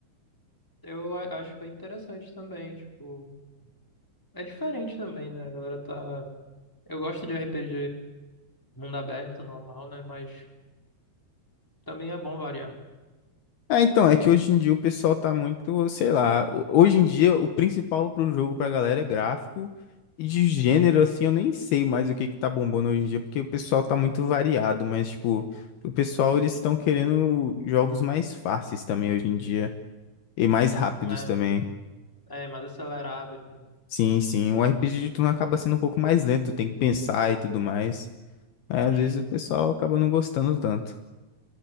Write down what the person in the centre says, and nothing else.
Eu a- acho bem interessante também, tipo, é diferente também, né? A galera tá. Eu gosto de RPG mundo aberto, normal, né? Mas também é bom variar.
Mas
é mais acelerados, né?
Uhum.